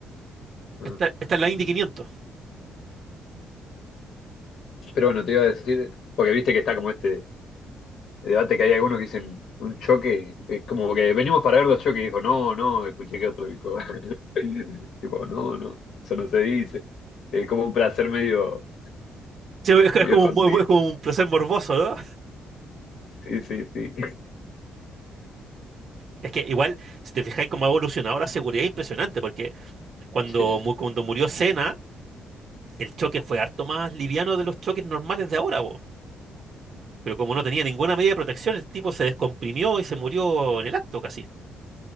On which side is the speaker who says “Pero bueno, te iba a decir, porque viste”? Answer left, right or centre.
Left